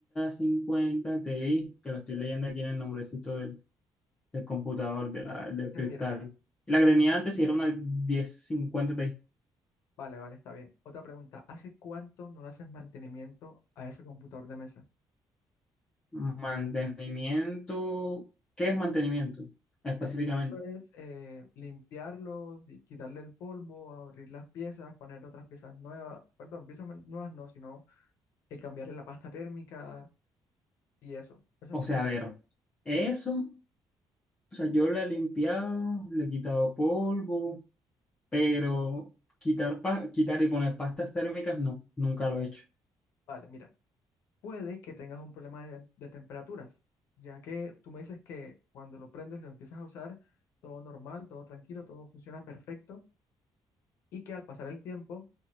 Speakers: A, on the left (about 25°); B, on the left (about 85°).
A: cincuenta Ti, que lo estoy leyendo aquí en el nombrecito del, del computador, de
B: Vale,
A: la-
B: entonces
A: del cristal.
B: mira,
A: Y la que tenía antes sí era una diez cincuenta Ti.
B: vale, vale, está bien. Otra pregunta, ¿hace cuánto no le haces mantenimiento a ese computador de mesa?
A: Mantenimiento, ¿qué es mantenimiento específicamente?
B: Mantenimiento es eh, limpiarlo, di- quitarle el polvo, abrir las piezas, poner otras piezas nuevas, perdón, piezas man- nuevas no, sino eh, cambiarle la pasta térmica y eso. Eso
A: O
B: es mantenimiento.
A: sea, a ver, eso, o sea, yo le he limpiado, le he quitado polvo, pero quitar, pa- quitar y poner pastas térmicas, no, nunca lo he hecho.
B: Vale, mira, puede que tengas un problema de, de temperaturas, ya que tú me dices que cuando lo prendes, lo empiezas a usar, todo normal, todo tranquilo, todo funciona perfecto y que al pasar el tiempo